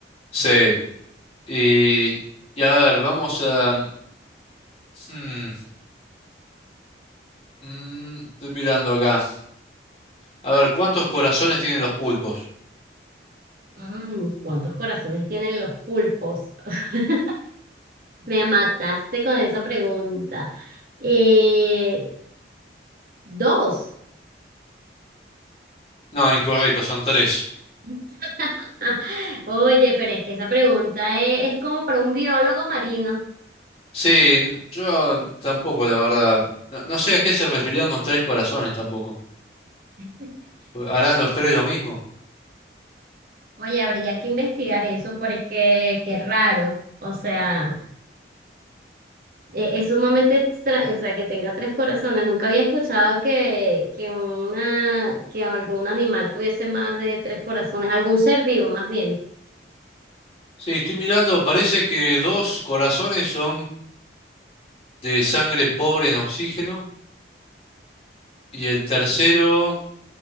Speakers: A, on the left (about 30°); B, on the right (about 50°).
A: Sí, y, y a ver, vamos a... hmm, mm, estoy mirando acá. A ver, ¿cuántos corazones tienen los pulpos?
B: Mm, ¿cuántos corazones tienen los pulpos? <laughs> Me mataste con esa pregunta. Eh, dos.
A: No, incorrecto, son tres.
B: <laughs> Oye, pero es que esa pregunta es, es como para un biólogo marino.
A: Sí, yo tampoco, la verdad. No, no sé a qué se referían con tres corazones tampoco.
B: <laughs>
A: ¿Harán los tres lo mismo?
B: Oye, habría que investigar eso porque qué raro. O sea. Eh, es sumamente extra o sea, que tenga tres corazones. Nunca había escuchado que, que, una, que algún animal tuviese más de tres corazones, algún ser vivo más bien.
A: Sí, estoy mirando, parece que dos corazones son de sangre pobre en oxígeno y el tercero,